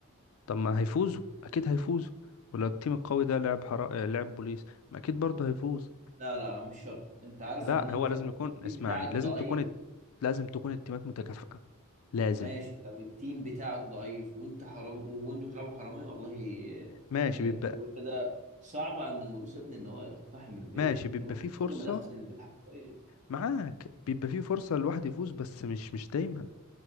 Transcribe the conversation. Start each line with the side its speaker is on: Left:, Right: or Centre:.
Left: طب ما هيفوزوا اكيد هيفوزوا ولو التيم القوي ده لعب حرا... آه، لعب بوليس ما اكيد برضه هيفوز
Right: لا لا لا مش شرط انت عارف
Left: لا
Right: ان انت
Left: هو لازم يكون
Right: لو التيم
Left: اسمعني
Right: بتاعك
Left: لازم
Right: ضعيف
Left: تكون الت- لازم تكون التيمات متكافئة لازم
Right: ماشي لو التيم بتاعك ضعيف وانت حرام وانتوا بتلعبوا حرامية والله
Left: ماشي
Right: آه،
Left: بيبقى
Right: بتبقى كده صعب عن الوريث يا ابني ان هو يقتحم البيت
Left: ماشي
Right: انت
Left: بيبقى
Right: مثلا
Left: في فرصة
Right: كل ما دخل البيت حرفيا
Left: معاك بيبقى في فرصة الواحد يفوز بس مش مش دايما